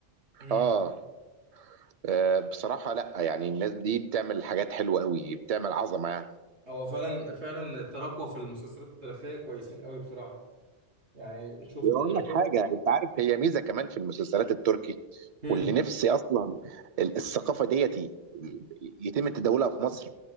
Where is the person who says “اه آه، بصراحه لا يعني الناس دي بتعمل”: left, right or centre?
Right